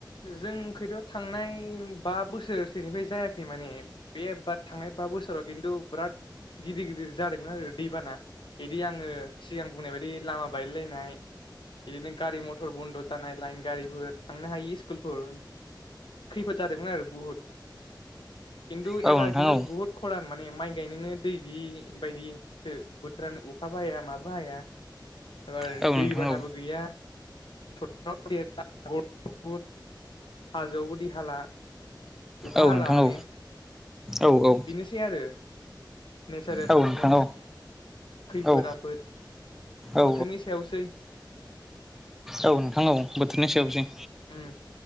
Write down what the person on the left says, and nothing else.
जों खैथ' थांनाय बा बोसोरसेनिफ्राय जायाखै माने बे बा थांनाय बा बोसोराव खिन्थु बिराद गिदिर गिदिर जादोंमोन आरो दैबाना बिदि आङो सिगां बुंनाय बायदि लामा बायलायलायनाय बिदिनो गारि मथर बन्द' जानाय लाइन गारिफोर थांनो हायि स्कुलफोर खैफोद जादोंमोन आरो बुहुद खिन्थु
एबार खिन्थु
बुहुत खरान माने माइ गायनोनो दै गैयि बायदिसो बोथोरानो अखाबो हाया माबो हाया
एबार दैबानाबो
गैया सटफोराव <unintelligible> देरला बुहुद बुहुद हाजो आवबोदि हाला <unintelligible> अखा
हाला
माने
बेनोसै आरो नेचारेल
प्रब्लेमस
खैफोद
आफोद
बोथोरनि सायावसै
उम